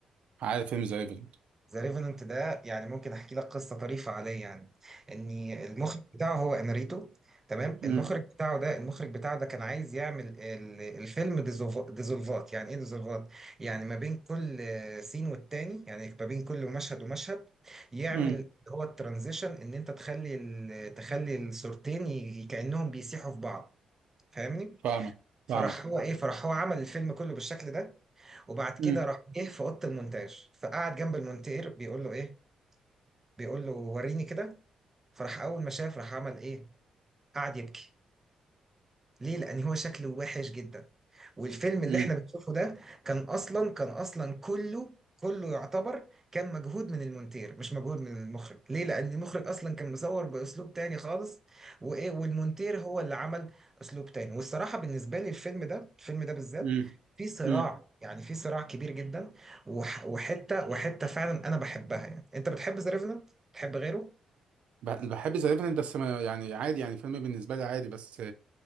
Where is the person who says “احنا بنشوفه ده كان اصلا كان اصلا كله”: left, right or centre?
Right